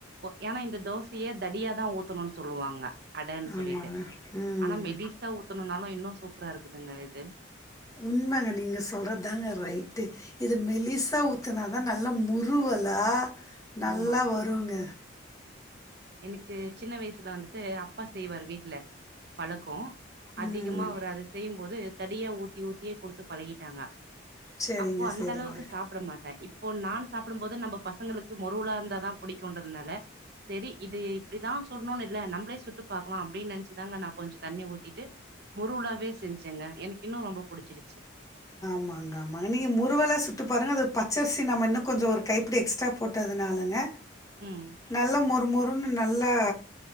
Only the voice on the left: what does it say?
ஆமாங்க
ம்
உண்மங்க நீங்க சொல்றது ரைட்டு இது மெலிசா ஊத்தூனா ஆனா நல்ல முருவலா நல்லா
வருங்க
ம்
சரிங்க
சரிங்க
ஆமாங்க ஆமாங்க நீங்க முருவலா சுட்டு பாருங்க அது பச்சரிசி நம்ம இன்னும் கொஞ்சம் ஒரு கைப்பிடி எக்ஸ்ட்ரா போட்டதுனாலங்க
நல்ல மொறு மொறு அது நல்லா